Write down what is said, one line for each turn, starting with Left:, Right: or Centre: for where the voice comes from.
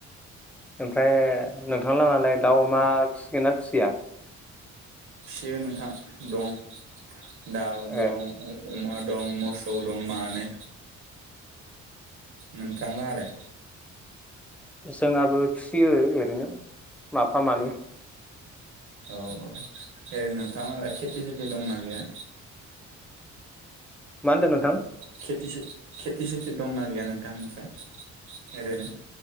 Centre: ओमफ्राय नोंथां लाहालाय दाउ अमा फिसिगोन ना फिसिया?
Right: फिसियो नोंथां दं दाउ दं,
Centre: ए
Right: अ अमा दं, मोसौ दं मानै नोंथां लाहालाय?
Centre: जोंहाबो फिसियो ओरैनो। माफा मानै
Right: औ औ एरैनो नोंथां खेथि सेथि दंना गैया?
Centre: मा होनदों नोंथां?
Right: खेथि सेत खेथि सेथि दंना गैया नोंथां ओमफ्राय एरैनो